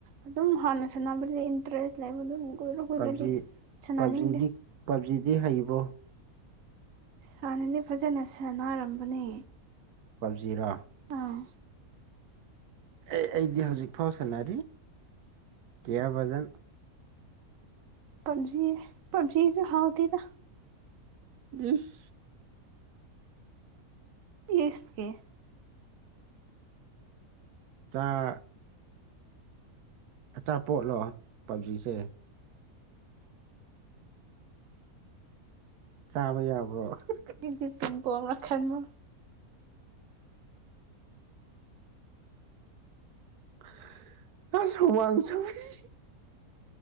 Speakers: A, on the right; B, on the right.
A: ꯑꯗꯨꯝ ꯍꯥꯟꯅ ꯁꯥꯟꯅꯕꯗ ꯏꯟꯇꯔꯦꯁ ꯂꯩꯕ ꯑꯗꯨꯕꯨ ꯀꯨꯏꯔ ꯀꯨꯏꯔꯗꯤ
B: ꯄꯞꯖꯤ
A: ꯁꯥꯟꯅꯅꯤꯡꯗꯦ
B: ꯄꯞꯖꯤꯗꯤ ꯄꯞꯖꯤꯗꯤ ꯍꯩꯕ꯭ꯔꯣ
A: ꯍꯥꯟꯅꯗꯤ ꯐꯖꯅ ꯁꯥꯟꯅꯔꯝꯕꯅꯦ
B: ꯄꯞꯖꯤꯔꯥ
A: ꯑꯪ
B: ꯑꯦ ꯑꯩꯗꯤ ꯍꯧꯖꯤꯛ ꯐꯥꯎ ꯁꯥꯟꯅꯔꯤ ꯀꯦꯌꯥ ꯕꯖꯟ
A: ꯄꯞꯖꯤ ꯄꯞꯖꯤꯁꯨ ꯍꯥꯎꯇꯦꯗ
B: ꯏꯁ
A: ꯏꯁ ꯌꯦ
B: ꯆꯥ ꯑꯆꯥꯄꯣꯠꯂꯣ ꯄꯞꯖꯤꯁꯦ ꯆꯥꯕ ꯌꯥꯕ꯭ꯔꯣ <unintelligible>
A: ꯑꯩꯗꯤ ꯄꯤꯝ ꯄꯣꯡꯔ ꯈꯟꯕ
B: <unintelligible>